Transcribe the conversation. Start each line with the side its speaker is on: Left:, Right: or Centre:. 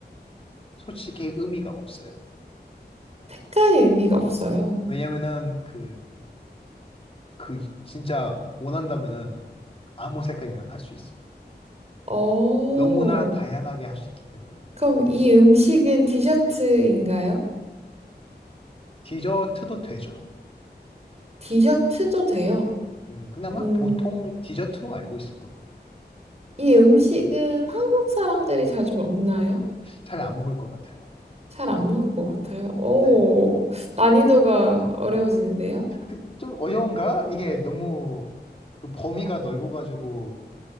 Left: 솔직히 의미가 없어요.
Right: 색깔이 의미가 없어요.
Left: 왜냐면은, 그, 그, 진짜 원한다면은 아무 색깔이랑 할 수 있어요.
Right: 어,
Left: 너무나 다양하게 할 수 있기 때문에.
Right: 그럼 이 음식은 디저트인가요?
Left: 디저트도 되죠.
Right: 디저트도 돼요.
Left: 음, 그나마
Right: 음,
Left: 보통 디저트로 알고 있을 거예요.
Right: 이 음식은 한국 사람들이 자주 먹나요?
Left: 잘 안 먹을 것 같아요.
Right: 잘 안 먹을 것 같아요. 오,
Left: 네.
Right: 난이도가 어려워지는데요.
Left: 그- 좀 어려운가? 이게 너무 그 범위가 넓어가지고